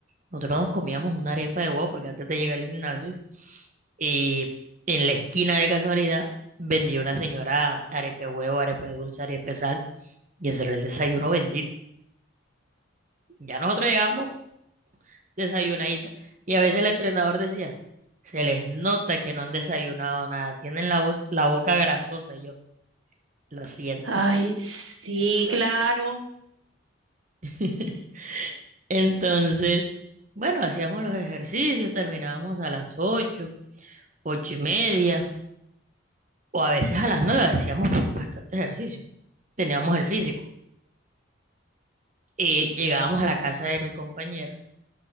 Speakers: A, on the right; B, on the right.
A: Nosotros nos comíamos una arepa de huevo porque antes de llegar al gimnasio, eh, en la esquina de casualidad vendía una señora arepa de huevo, arepa de dulce, arepa de sal, y eso era el desayuno bendito. Ya nosotros llegábamos desayunadita, y a veces el entrenador decía, se les nota que no han desayunado nada, tienen la voz, la boca grasosa, y yo, lo siento.
B: Ay, sí, claro,
A: <laughs> Entonces, bueno, hacíamos los ejercicios, terminábamos a las ocho, ocho y media, O a veces a las nueve hacíamos bastante ejercicio. Teníamos el físico. Eh, llegábamos a la casa de mi compañera.